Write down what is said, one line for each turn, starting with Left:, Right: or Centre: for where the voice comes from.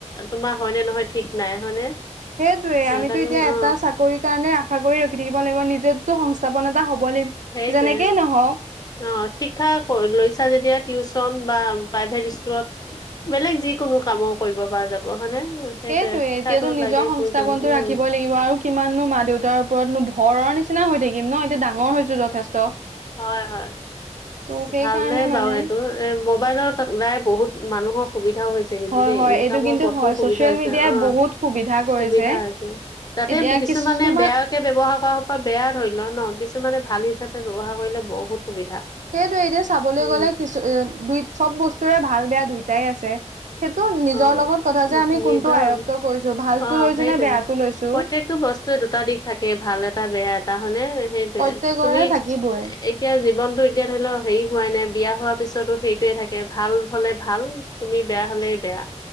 Left: তোমাৰ হয়নে নহয় ঠিক নাই হয়নে।
Right: সেইটোয়ে
Left: সেইকাৰণে
Right: আমিতো এতিয়া
Left: অ
Right: এটা চাকৰি কাৰণে আশা কৰি ৰখি থাকিব লাগিব নিজো সংস্থাপন এটা হ'ব লাগিব
Left: সেইটোয়ে
Right: যেনেকেই নহওক
Left: অ', শিখা লৈছা যেতিয়া টিউচ বা প্ৰাইভেট স্কুলত বেলেগ যি কোনো কামো কৰিব পৰা যাব। হয়নে
Right: সেইটোয়ে
Left: শিক্ষাটো
Right: এতিয়াতো নিজৰ
Left: লাগে
Right: সংস্থাপনতটো
Left: প্ৰয়োজন উম
Right: ৰাখিব লাগিব আৰু কিমাননো মা দেউতাৰ ওপৰতনো ভৰৰ নিচিনা হৈ থাকিম ন, এতিয়া ডাঙৰ হৈছো যথেষ্ট।
Left: হয়, হয়
Right: ত' সেইকাৰণে
Left: ভাল বাৰু
Right: মানে
Left: এইটো এ মোবাইল ত ওলাই বহুত মানুহৰ সুবিধা সুবিধাও হৈছে কিন্তু
Right: হয়
Left: দেই
Right: হয়
Left: ইনকামৰ
Right: এইটো কিন্তু
Left: পথো
Right: হয়
Left: সুবিধা
Right: ছচিয়েল
Left: হৈছে
Right: মিডিয়াই
Left: অ',
Right: বহুত সুবিধা কৰিছে
Left: সুবিধা হৈছে। তাতে
Right: এতিয়া
Left: কিছুমানে
Right: কিছুমান
Left: বেয়াকে ব্যৱহাৰ কৰা হপা বেয়া ধৰি ল ন কিছুমানে ভাল হিচাপে ব্যৱহাৰ কৰিলে বহুত সুবিধা
Right: সেইটোৱ এতিয়া চাবলৈ
Left: উম
Right: গ'লে কিছু এ দুই চব বস্তুৰে ভাল বেয়া দুইটাই আছে। সেইটো নিজৰ
Left: অ
Right: লগত কথা যে আমি
Left: নিজৰ
Right: কোনটো আয়ত্ব কৰিছো ভালতো
Left: অ
Right: লৈছো
Left: সেইটোৱে
Right: নে বেয়াটো লৈছোঁ।
Left: প্ৰত্যেকটো দুটা দিশ থাকে ভাল এটা বেয়া এটা হয় নে সেইটোয়ে
Right: প্ৰত্যেকৰে
Left: তুমি
Right: থাকিবই
Left: এতিয়া জীৱন এতিয়া ধৰি লও হেৰি হোৱাই নাই বিয়া হোৱা পিছতো সেইটোয়ে থাকে ভাল হলে ভাল তুমি বেয়া হ'লে বেয়া